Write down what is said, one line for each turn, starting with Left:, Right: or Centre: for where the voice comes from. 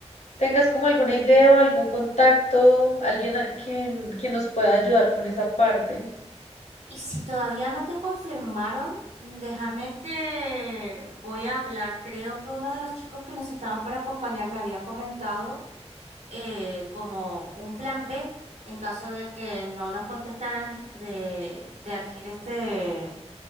Left: tengas como alguna idea o algún contacto, alguien a quien, quien nos pueda ayudar con esa parte.
Right: Y si todavía no te confirmaron, déjame que voy a hablar. Creo que uno de los chicos que nos estaban por acompañar me había comentado eh, como un plan B en caso de que no nos contestaran de, de aquí, de este,